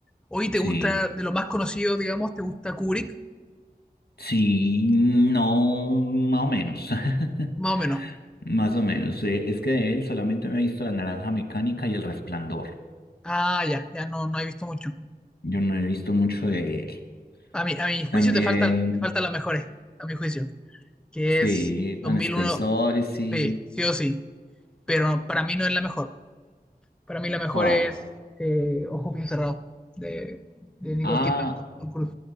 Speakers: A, in the centre; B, on the left.
A: Oye, ¿te
B: Sí,
A: gusta de lo más conocido, digamos, te gusta Kubrick?
B: sí, no, más o menos. <laughs>
A: Más o menos.
B: Más o menos. eh, Es que de él solamente me he visto La Naranja Mecánica y El Resplandor.
A: Ah, ya, ya no, no he visto mucho.
B: Yo no he visto mucho de él.
A: A mi, a mi juicio
B: También,
A: te falta, te faltan las mejores, a mi juicio, que
B: sí,
A: es 2001,
B: An Space Odyssey.
A: sí, sí o sí, pero para mí no es la mejor. Para mí la mejor
B: ¿Cuál?
A: es eh, Ojos bien cerrados, de, de Nicole
B: Ah,
A: Kidman y Tom Cruise.